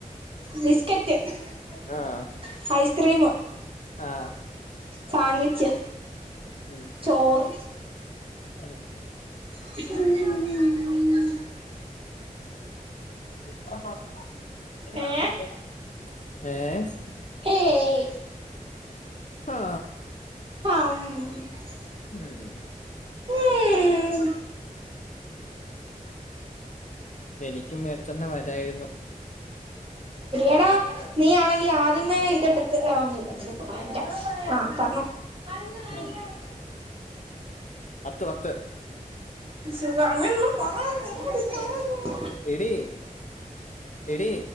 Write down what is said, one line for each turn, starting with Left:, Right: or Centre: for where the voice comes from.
Right: ബിസ്കറ്റ് റ്റ് <unintelligible>
Left: ആഹ്
Right: ഐസ് ക്രീമ്
Left: ആഹ്
Right: <inaudible> സാൻവിച്ച്
Left: ഉം
Right: ചോറ്
Left: <inaudible>
Right: <inaudible>
Left: കിട്ടാൻ ണ്ടാരുന്ന ഇവിടെ
Right: ഏ
Left: എന്തോണ്ട് ഏ
Right: ഏയ്
Left: <inaudible> ഹാ
Right: ഹം <unintelligible>
Left: നെഹെ
Right: ഉം
Left: എനിക്കും മേടിച്ചോണ്ട് വരായിരുന്നു
Right: എടാ നീ ആണങ്കി ആദ്യമേ ഇതെടുത്ത് ആ ഒന്നുഇല്ല ഒന്നുഇല്ല ഇപ്പപറയാൻ വരുവാ ആ പറഞ്ഞോ <inaudible> അല്ല നല്ല
Left: ഉം
Right: ഇതാണ്
Left: പത്ത് പത്ത്
Right: ഈശോപ്പെ അങ്ങനെ ഒന്നും പറയാൻ തോന്നുണില്ല
Left: എടി എടി